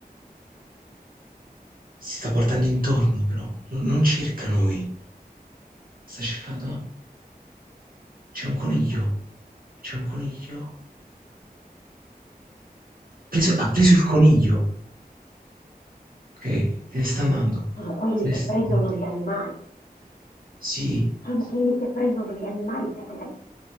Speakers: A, on the left; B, on the right.
A: giù.
B: Si sta guardando intorno però, non, non cerca noi. Sta cercando, ah, c'è un coniglio,
A: Non cercano, non so chi sia,
B: c'è un coniglio.
A: non
B: Preso-
A: so.
B: ha preso il coniglio, ok, se ne sta andando.
A: Sono quelli
B: Se ne
A: che
B: sta
A: prendono
B: andando.
A: gli animali.
B: Sì,
A: Sono quelli che prendono gli animali per analizzare.